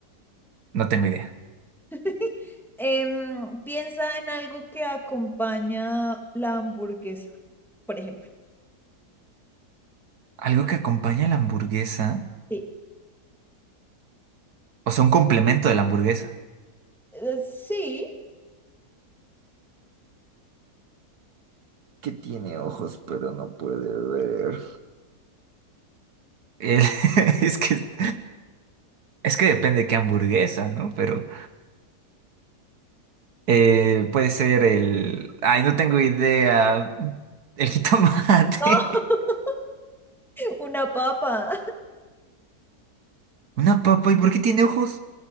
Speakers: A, on the right (about 70°); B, in the centre.
A: No tengo idea.
B: <laughs> Em, piensa en algo que acompaña la hamburguesa, por ejemplo.
A: Algo que acompaña a la hamburguesa.
B: Sí.
A: O sea, un complemento de la hamburguesa.
B: Eh, Sí,
A: Que tiene ojos, pero no puede ver. El- <laughs> es que, es que depende de qué hamburguesa, ¿no? Pero eh, puede ser el... Ay, no tengo idea. El jitomate.
B: no, <laughs> una papa.
A: <laughs> Una papa. ¿Y por qué tiene ojos?